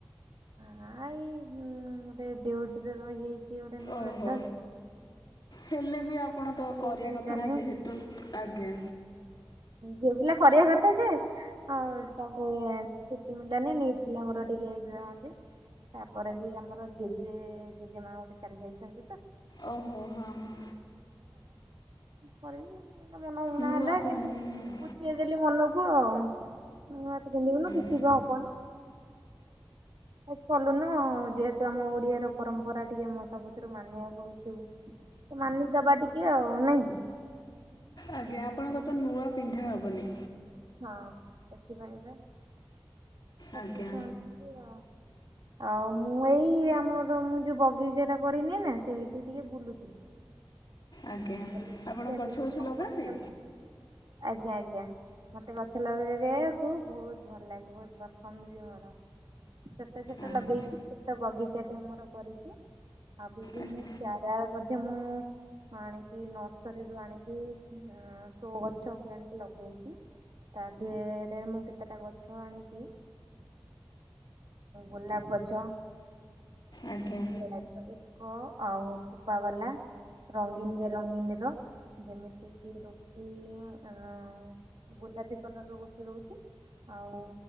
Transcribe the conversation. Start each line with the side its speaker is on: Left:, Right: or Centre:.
Right: ହଁ ଏଇ ଗୋଟେ ଡିଉଟିରେ ରହିଯାଇଛି। ସିଏ ଗୋଟେ ନୂଆ
Left: ଓହୋ
Right: ଟା
Left: ହେଲେ ବି ଆପଣ ତ କରିବା
Right: ମିଳିଲାନି
Left: କଥା ନା ଯେହେତୁ ଆଜ୍ଞା
Right: ଝିଅ ପିଲା କରିବା କ ଥା ଯେ ଆଉ ତାଙ୍କରେ ଛୁଟି ମିଳିଲାନି ନିଟ ପିଲାଙ୍କର ଟିକେ ଏକ୍ଜାମ ଅ ଛି ତାପରେ ବି ଆମର ଜେଜେ ଜେଜେ ମା ଗୋଟେ ଚାଲିଯାଇଛନ୍ତି।
Left: ଓହୋ ହଁ ହଁ
Right: ପରେ ମନ ଉଣା
Left: ନୂଆ
Right: ହେଲା
Left: ପିନ୍ଧିବେନି
Right: କିମତି
Left: ଆଉ
Right: ବୁଝେଇଦେଲି ମନକୁ ଆଉ ନୂଆ ତ ପିନ୍ଧିବୁନୁ କିଛି
Left: ହୁଁ
Right: ବି ହବନି ଡ୍ରେସ କଲୁନୁ ଆଉ ଯେହେତୁ ଆମ ଓଡିଆର ପରମ୍ପରା ଟିକେ ମୁଁ ସବୁଥିରୁ ମାନିବାକୁ ପଡୁଚୁ ତ ମାନିଦବା ଟିକେ ଆଉ, ନାଁ କି
Left: ଆଜ୍ଞା ଆପଣଙ୍କର ତ ନୂଆ ପିନ୍ଧା ହବନି
Right: ହଁ ସେଥିପାଇଁ ପା ସବୁକିଛି
Left: ଆଜ୍ଞା
Right: ମାନୁଚନ୍ତି ଆଉ ଆଉ ମୁଁ ଏଇ ଆମର ମୁଁ ଯୋଉ ବଗିଚା ଟା କରିନି ନା ସେଇଠି ଟିକେ ବୁଲୁଥିଲି।
Left: ଆଜ୍ଞା
Right: କହିଲି ଦେଖିବା
Left: ଆପଣ ଗଛ
Right: ଦିଦି
Left: ଗଛ
Right: କଣ
Left: ଲଗାନ୍ତି
Right: କରୁଚନ୍ତି। ଆଜ୍ଞା ଆଜ୍ଞା ମତେ ଗଛ ଲଗେଇ ଲେକୁ ବହୁତ ଭଲ ଲାଗେ ବହୁତ ପସନ୍ଦ ବି ମୋର ଛୋଟ ଛୋଟ
Left: ଆଜ୍ଞା
Right: ଲଗେଇଚି ଛୋଟ ବଗିଚାଟେ ମୋର କରିଚି ଆଉ ବିଭିନ୍ନ
Left: ଆଜ୍ଞା
Right: ଚାରା ମଧ୍ୟ ମୁଁ ଆଣି କି ନର୍ସରୀରୁୁ ଆଣିକି ସୋ ଗଛ ବି ଆଣିକି ଲଗେଇଚି ତା ଦିହେରେ ମୁଁ କେତେଟା ଗଛ ଆଣିଚି ଗୋଲାପ ଗଛ <inaudible>
Left: ଆଜ୍ଞା
Right: କ ଆଉ ଫପା ବାଲା ରଙ୍ଗୀନ <unintelligible> ରଙ୍ଗିନୀ ର ଯେମିତି କିି ରହୁଚି ଆଁ ଗୋଲାପି କଲର ର ଗୋଟେ ରହୁଚି ଆଉ